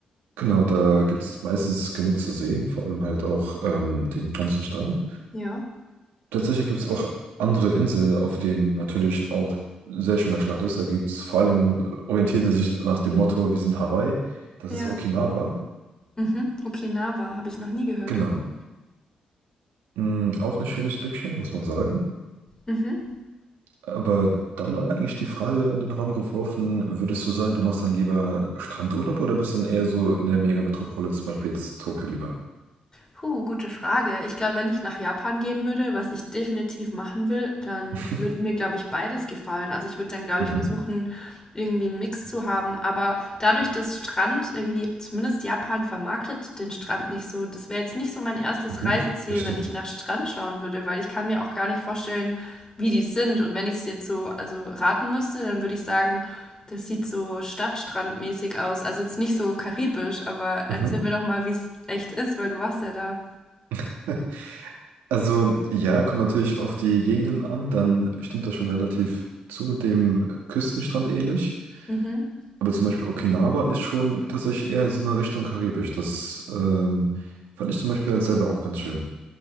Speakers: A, on the right; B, on the left.
A: Genau, da gibt es meistens genug zu sehen, vor allem halt auch ähm, den ganzen Strand.
B: Ja.
A: Tatsächlich gibt es auch andere Inseln, auf denen natürlich auch sehr schöner Strand ist. Da gibt es vor allem, äh, orientieren sie sich nach dem Motto, wir sind Hawaii, das
B: Ja.
A: ist Okinawa.
B: Mhm. Okinawa habe ich noch nie gehört.
A: Genau.
B: Okay.
A: Mm, auch ein schönes Stückchen, muss man sagen.
B: Mhm.
A: Aber dann mal eigentlich die Frage in den Raum geworfen, würdest du sagen, du machst dann lieber Strandurlaub oder bist dann eher so in der Megametropole, zum Beispiel jetzt Tokio lieber?
B: Puh, gute Frage. Ich glaube, wenn ich nach Japan gehen würde, was ich definitiv machen will, dann
A: <laughs>
B: würde mir, glaube ich, beides gefallen. Also ich würde dann, glaube
A: Mhm,
B: ich, versuchen, irgendwie einen Mix zu haben. Aber dadurch, dass Strand irgendwie, zumindest Japan vermarktet den Strand nicht so, das wäre jetzt nicht so mein erstes
A: mhm,
B: Reiseziel,
A: das stimmt.
B: wenn ich nach Strand schauen würde, weil ich kann mir auch gar nicht vorstellen, wie die sind. Und wenn ich es jetzt so, also raten müsste, dann würde ich sagen, das sieht so stadtstrandmäßig aus. Also jetzt nicht so karibisch, aber erzähl
A: Mhm.
B: mir doch mal, wie es echt ist, weil du warst ja da.
A: <laughs> Also ja, kommt natürlich auf die Gegenden an, dann stimmt das schon relativ zu dem Küstenstrand ähnlich.
B: Mhm.
A: Aber zum Beispiel Okinawa ist schon tatsächlich eher in so einer Richtung Karibisch. Das ähm, fand ich zum Beispiel halt selber auch ganz schön.